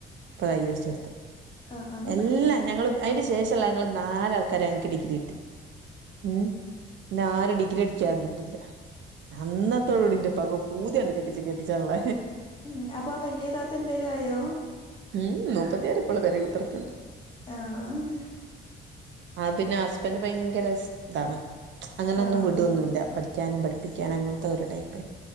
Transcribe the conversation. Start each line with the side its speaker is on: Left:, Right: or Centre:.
Right: ഇപ്പ കൈ പിടിച്ച് കൊടുത്തത്ത്
Left: ആഹ് ആഹ്
Right: എല്ലാ ഞങ്ങള് അതിന്റെ ശേഷമള്ള ഞങ്ങൾ നാലാൾക്കാര ഞങ്ങക്ക് ഡിഗ്രി കിട്ടി. ഉം പിന്നെ ആരും ഡിഗ്രി അടിക്കാന്ന് അന്നതോടുകൂടി എന്റെ ഉപ്പാക് പൂതിഅങ്ങട്ട് കെട്ട് കെട്ടിക്കാനുള്ള
Left: ഉം അപ്പൊ ആ വലിയ താത്ത എന്തേലും ആയോ
Right: ഉം ഉം മുപ്പത്തിയാര് ഇപളും പേരെ കുത്തർക്കുണ്ട്
Left: ആഹ്
Right: ആ പിന്നെ ഹസ്ബൻഡ് ഭയങ്കര ഇതാണ് അങ്ങനൊന്നും
Left: ആഹ്
Right: വിടൊന്നുഇല്ല പഠിക്കാനും പഠിപ്പിക്കാനും അങ്ങനത്തെ ഒരു ടൈപ്പന്